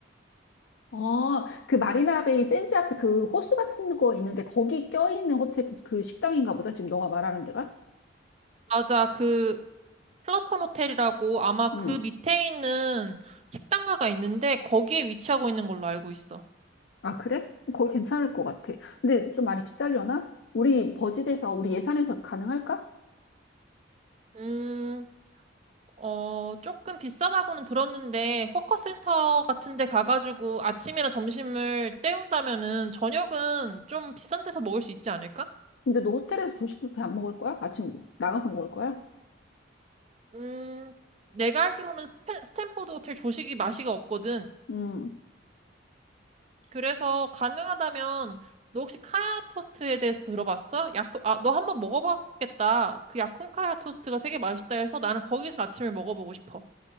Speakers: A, on the left; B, on the right.
A: 아, 그 마리나 베이 샌즈 앞에 그 호수 같은 거 있는데 거기 껴있는 호텔 그 식당인가 보다. 지금 너가 말하는 데가?
B: 맞아, 그 플라톤 호텔이라고 아마
A: 응.
B: 그 밑에 있는 식당가가 있는데 거기에 위치하고 있는 걸로 알고 있어.
A: 아, 그래? 거기 괜찮을 것 같아. 근데 좀 많이 비싸려나? 우리 버짓에서 우리 예산에서 가능할까?
B: 음, 어, 조금 비싸다고는 들었는데, 워커센터 같은 데 가가지고 아침이나 점심을 때운다면은 저녁은 좀 비싼 데서 먹을 수 있지 않을까?
A: 근데 너 호텔에서 조식 뷔페 안 먹을 거야? 아침 나가서 먹을 거야?
B: 음, 내가 알기로는 스페- 스탠포드 호텔 조식이 맛이가 없거든.
A: 음.
B: 그래서 가능하다면, 너 혹시 카야 토스트에 대해서 들어봤어? 야쿠, 아, 너 한번 먹어봤겠다. 그 야쿤 카야 토스트가 되게 맛있다 해서 나는 거기서 아침을 먹어보고 싶어.